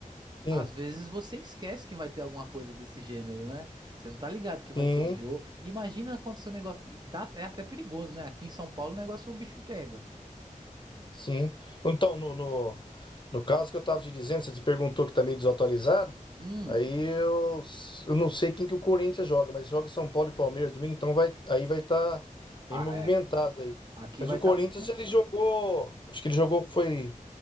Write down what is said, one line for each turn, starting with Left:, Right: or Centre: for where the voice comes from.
Left: Sim,
Right: Às vezes você esquece que vai ter alguma coisa desse gênero, né? Você não tá ligado que vai
Left: sim.
Right: ter um jogo. Imagina quando seu negócio. e dá- É até perigoso, né? Aqui em São Paulo o negócio o bicho pega.
Left: Sim. Então, no, no, no caso que eu estava te dizendo, você te perguntou que tá meio desatualizado,
Right: Hum.
Left: aí eu, s- eu não sei quem que o Corinthians joga, mas joga São Paulo e Palmeiras domingo, então vai, aí vai estar tá
Right: Ah,
Left: bem movimentado
Right: é.
Left: aí.
Right: Aqui
Left: Mas
Right: vai
Left: o
Right: estar
Left: Corinthians,
Right: movimentado.
Left: ele jogou, acho que ele jogou, foi